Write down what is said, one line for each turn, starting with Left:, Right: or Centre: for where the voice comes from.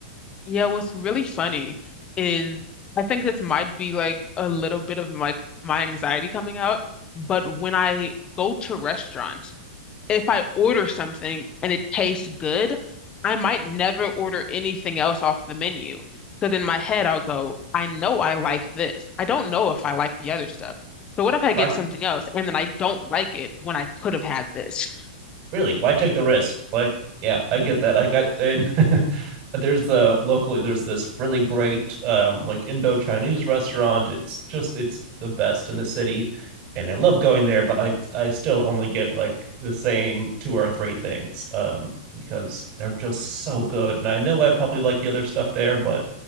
Left: Yeah, what's really funny is I think this might be like a little bit of like my anxiety coming out, but when I go to restaurants, if I order something and it tastes good, I might never order anything else off the menu. Because in my head, I'll go, I know I like this. I don't know if I like the other stuff. So what if I
Right: Why,
Left: get something else and then I don't like it when I could have had this?
Right: really? Why take the risk? Like, yeah, I get that. I got and <laughs> there's the locally there's this really great um like Indo Chinese restaurant. It's just it's the best in the city, and I love going there. But I I still only get like the same two or three things um because they're just so good. And I know I probably like the other stuff there, but